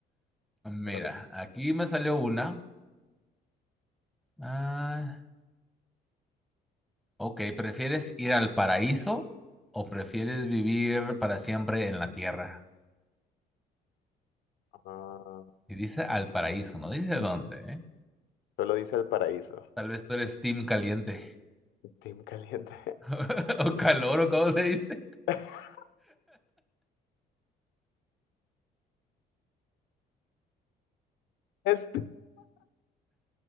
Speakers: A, in the centre; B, on the left.
A: Mira,
B: <laughs>
A: aquí me salió una. Ah, ok, ¿prefieres ir al paraíso o prefieres vivir para siempre en la tierra?
B: No,
A: Y dice al paraíso, no dice dónde, ¿eh?
B: solo dice el paraíso.
A: Tal vez tú eres team caliente
B: Team caliente.
A: <laughs> o calor o cómo se dice.
B: <laughs> Es